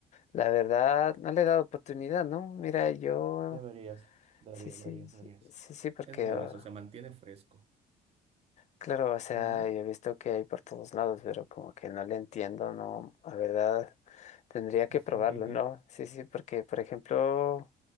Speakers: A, on the left; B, on the right.
A: la verdad, no le he dado oportunidad, ¿no? Mira, yo...
B: Deberías, deberías,
A: Sí, sí,
B: deberías,
A: sí,
B: deberías.
A: sí, sí, porque,
B: Es un juegazo,
A: ah,
B: se mantiene fresco.
A: claro, o sea,
B: Ujú.
A: yo he visto que hay por todos lados, pero como que no le entiendo, no, la verdad, tendría que
B: <laughs>
A: probarlo, ¿no? Sí, sí, porque, por ejemplo,